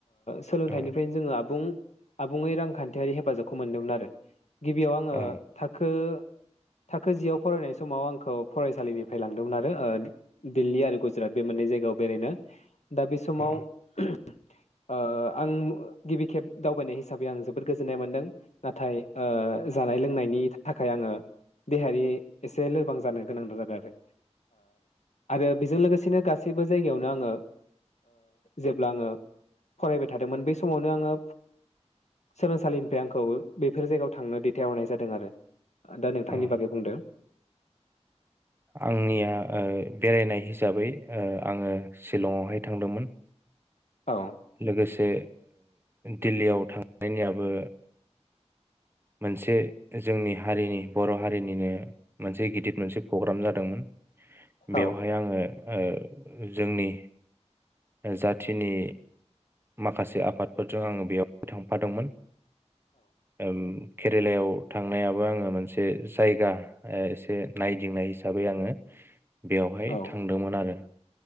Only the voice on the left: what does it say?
सोलोंथाइनिफ्रायनो
जोङो आबुं आबुङै रांखान्थियारि हेफाजाबखौ खौ मोनदोंमोन आरो गिबियाव आङो
थाखो थाखो जियाव फरायनाय समाव आंखौ फरायसालिनिफ्राय लांदोंमोन आरो दिल्ली आरो गुजरात बे मोननै जायगायाव बेरायनो दा बे समाव
आं गिबि खेब दावबायनाय हिसाबै आं जोबोद गोजोननाय मोनदों नाथाय जानाय लोंनायनि थाखाय आङो देहायारि एसे लोरबां जानो गोनां जादों आरो आरो बेजों लोगोसेनो गासै गाससिबो जायगायावनो आङो जेब्ला आङो फरायबाय थादोंमोन बे समावनो आङो सोलोंसालिनिफ्राय आं खौ बेफोर जायगायाव थांनो दैथायहरनाय जादों आरो दा नोंथांनि
बागै बुंदों
औ
औ
औ